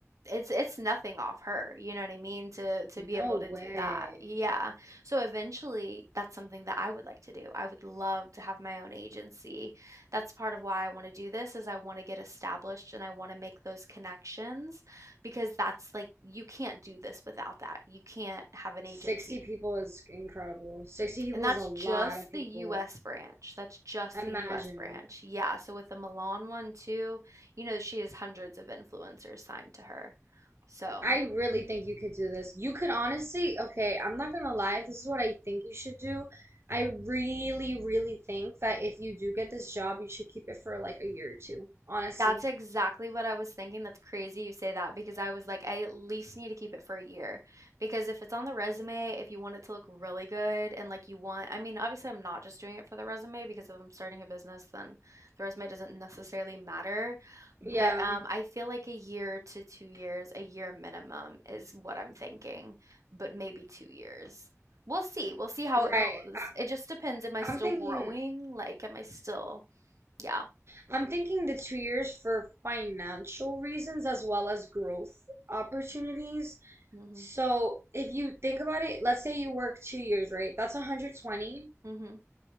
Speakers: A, on the right; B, on the right.
A: it's it's nothing off her, you know what I mean, to to
B: No
A: be able
B: way.
A: to do that. Yeah. So eventually, that's something that I would like to do. I would love to have my own agency. That's part of why I want to do this is I want to get established and I want to make those connections because that's like you can't do this without that. You can't have an agency.
B: 60 people is incredible. 60 people
A: And that's
B: is a lot
A: just
B: of
A: the
B: people.
A: US branch. That's just
B: Imagine.
A: the US branch. Yeah. So with the Milan one too, you know, she has hundreds of influencers signed to her. So.
B: I really think you could do this. You could honestly, okay, I'm not gonna lie, this is what I think you should do. I really, really think that if you do get this job, you should keep it for like a year or two, honestly.
A: That's exactly what I was thinking. That's crazy you say that because I was like, I at least need to keep it for a year. Because if it's on the resume, if you want it to look really good and like you want, I mean, obviously, I'm not just doing it for the resume because if I'm starting a business, then the resume doesn't necessarily matter.
B: Yeah,
A: But um, I feel like a year to two years, a year minimum is what I'm thinking, but maybe two years. We'll see. We'll see how it
B: right.
A: goes.
B: I,
A: It just depends. Am I still
B: I'm thinking
A: growing? Like, am I still, yeah.
B: I'm thinking the two years for financial reasons as well as growth opportunities.
A: hmm
B: So if you think about it, let's say you work two years, right? That's 120.
A: hmm